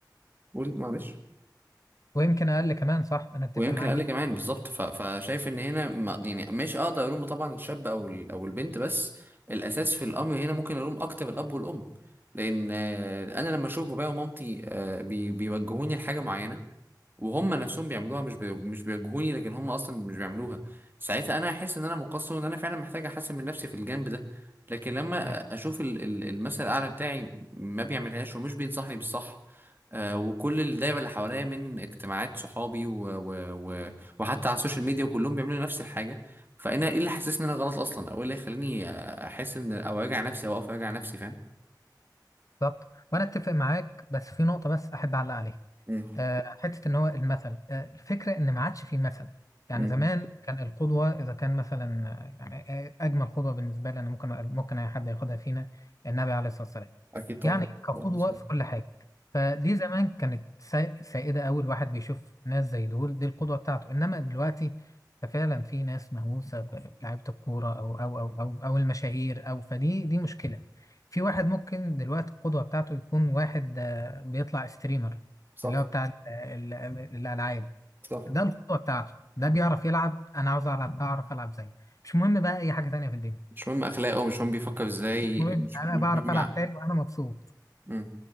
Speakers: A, on the right; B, on the left.
A: قول معلش
B: ويمكن اقل كمان صح انا اتفق
A: ويمكن
B: معاك
A: اقل
B: جدا
A: كمان بالظبط ف- فشايف ان هنا ما- يعني ماشي اقدر الوم طبعا الشاب او ال- او البنت بس الاساس في الامر هنا ممكن الوم اكتر الاب والام لان آه، انا لما اشوف بابايا ومامتي آه، بي- بيوجهوني لحاجه معينه وهم نفسهم بيعملوها مش بي... مش بيواجهوني لكن هم اصلا مش بيعملوها ساعتها انا هحس ان انا مقصر وان انا فعلا محتاج احسن من نفسي في الجانب ده لكن لما
B: إيه،
A: اشوف ال... ال- المثل الاعلى بتاعي ما بيعملهاش ومش بينصحني بالصح آه وكل الدايره اللي حواليا من اجتماعات صحابي و... و... و... وحتى على السوشيال ميديا وكلهم بيعملوا نفس الحاجه فانا ايه اللي حسسني ان انا غلط اصلا او ايه اللي يخليني آه، احس ان او اوجع نفسي او اقف اوجع نفسي فاهم
B: بالظبط وانا اتفق معاك بس في نقطه بس احب اعلق عليها
A: امم
B: آه، حتة إن هو المثل آه، الفكرة إن ما عادش فيه مثل يعني
A: امم
B: زمان كان القدوة إذا كان مثلا آه، يعني آه، أجمل قدوة بالنسبة لي أنا ممكن ممكن أي حد ياخدها فينا النبي عليه الصلاة والسلام
A: اكيد طبعا
B: يعني كقدوة
A: مظبوط.
B: في كل حاجة فدي زمان كانت سا- سائدة أوي الواحد بيشوف ناس زي دول دي القدوة بتاعته إنما دلوقتي فعلا في ناس مهووسة بلعيبة الكورة أو أو أو أو أو المشاهير أو فدي دي مشكلة في واحد ممكن دلوقتي القدوة بتاعته يكون واحد آه، بيطلع ستريمر
A: صح
B: اللي هو بتاع ال- ال- الالعاب
A: صح
B: ده القوه بتاعته ده بيعرف يلعب انا عاوز العب اعرف العب زيه مش مهم بقى اي حاجه تانية في الدنيا
A: مش مهم اخلاقه مش مهم بيفكر ازاي
B: مش مهم
A: مش
B: انا
A: مش
B: بعرف
A: مهم
B: العب
A: ع-
B: حلو وانا مبسوط
A: مم.